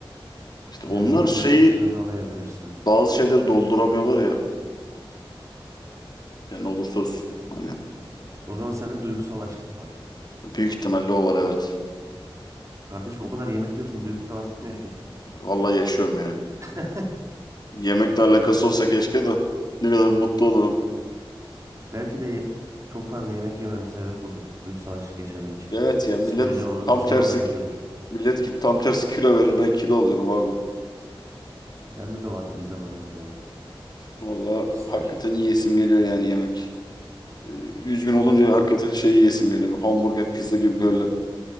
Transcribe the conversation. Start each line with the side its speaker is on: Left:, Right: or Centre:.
Left: İşte
Right: Yani
Left: onlar
Right: yakın
Left: şeyi
Right: arkadaşlarını alayabilirsin.
Left: bazı şeyleri dolduramıyorlar ya. Yani ne olursa olsun. Hani
Right: O zaman sende duygusal açlık var.
Left: büyük ihtimalle o var evet.
Right: Kardeşim o kadar yemek yiyorsun, duygusal açlık mı yaşıyorsun?
Left: Vallahi yaşıyorum ya.
Right: <laughs>
Left: Yemekle alakası olsa keşke de ne kadar mutlu olurum.
Right: Belki de ye- çok fazla yemek yemenin sebebi budur. Duygusal açlık yaşadığın için.
Left: Evet ya millet
Right: Psikolojin onu,
Left: tam
Right: seni
Left: tersi
Right: ona itiyordur.
Left: millet ki tam tersi kilo verir ben kilo alıyorum abi.
Right: Bende de vardı bir zaman önce o
Left: Valla
Right: hisler.
Left: hakikaten yiyesim geliyor yani yemek. Ee, üzgün olunca
Right: Hmm.
Left: hakikaten şey yiyesim geliyor. Bir hamburger, pizza gibi böyle